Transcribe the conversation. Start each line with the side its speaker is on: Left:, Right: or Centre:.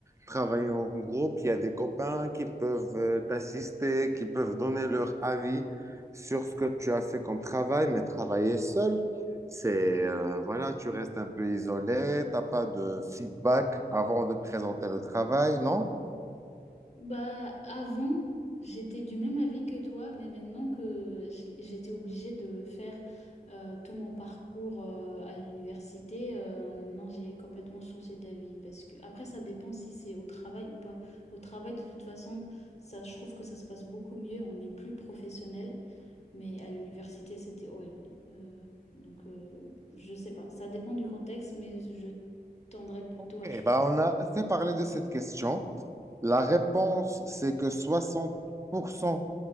Right: Travailler en groupe, il y a des copains qui peuvent euh, t'assister, qui peuvent donner leur avis sur ce que tu as fait comme travail, mais travailler seul, c'est, euh, voilà, tu restes un peu isolé, t'as pas de feedback avant de présenter le travail, non?
Left: Bah, avant, j'étais du même avis que toi, mais maintenant que j- j'étais obligée de le faire euh, tout mon parcours euh, à l'université, euh, non, j'ai complètement changé d'avis parce que après, ça dépend si c'est au travail ou pas. Au travail, de toute façon, ça, je trouve que ça se passe beaucoup mieux, on est plus professionnel, mais à l'université, c'était horrible. Euh, donc, euh, je sais pas, ça dépend du contexte, mais je tendrais plutôt
Right: Ok,
Left: à choisir.
Right: bah on a assez parlé de cette question. La réponse, c'est que soixante pour cent